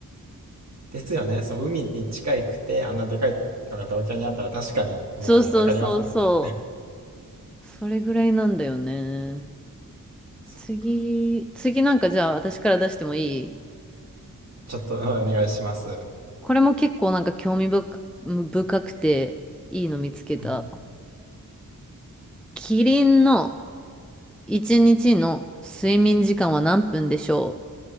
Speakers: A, on the right; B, in the centre.
A: ですよね。そう、海に近いくて、あんなでかいのが東京にあったら確かに、もうね、
B: そうそうそうそう。
A: わかりますもんね。
B: それぐらいなんだよね。
A: そう
B: 次、次なんかじゃあ私から出してもいい
A: ちょっと、うんお願いします。う
B: これも結構なんか興味深く深くていいの見つけた。
A: ん
B: キリンの1日の睡眠時間は何分でしょう